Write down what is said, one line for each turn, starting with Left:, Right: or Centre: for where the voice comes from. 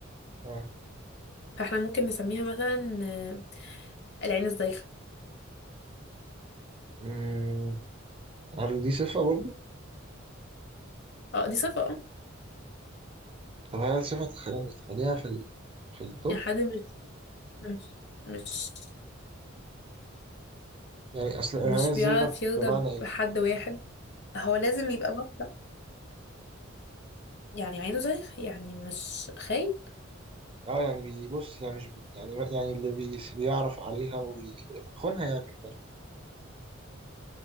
Right: آه.
Left: فاحنا ممكن نسميها مثلا آه، العين الزايغة
Right: مم، هل دي صفة برضو؟
Left: اه دي صفة اه
Right: طب هل صفة تخ- يعني تخليها في ال... في التوب؟
Left: يعني حد مش مش مش
Right: يعني أصل إرهاق
Left: مش
Right: إزاي
Left: بيعرف
Right: غب
Left: يرضى
Right: بمعنى إيه؟
Left: بحد واحد هو لازم يبقى بطل يعني عينه زي يعني مش خاين
Right: اه يعني بيبص يعني مش بي يعني يعني اللي بي بيعرف عليها ويخونها يعني من الآخر.